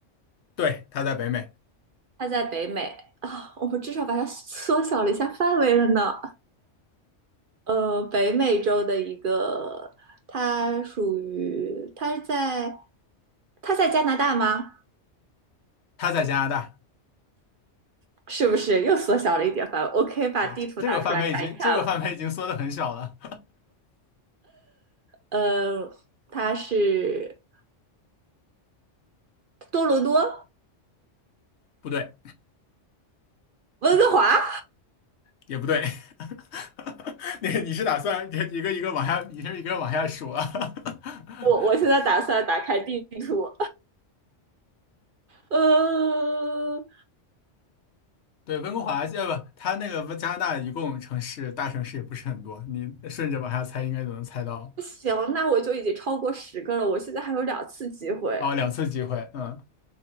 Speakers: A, on the left; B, on the right.
A: 对，它在北美，
B: 它在北美啊，我们至少把它缩小了一下范围了呢。呃，北美洲的一个，它属于它在它在加拿大吗？
A: 它在加拿大，
B: <laughs> 是不是又缩小了一点范围我可以把地图拿出来看一看。
A: 对，这个范围已经这个范围已经缩的很小了，
B: 呃，它是多伦多、
A: <laughs> 不对。
B: 温哥华。
A: 也不对，<laughs> 那个你是打算一个一个往下，一个一个往下数啊？<laughs>
B: 我我现在打算打开地图。呃，
A: 对，温哥华，呃，不，它那个加拿大一共城市大城市也不是很多，你顺着往下猜应该就能猜到。
B: 行，那我就已经超过十个了。我现在还有两次机会，
A: 哦，两次机会，嗯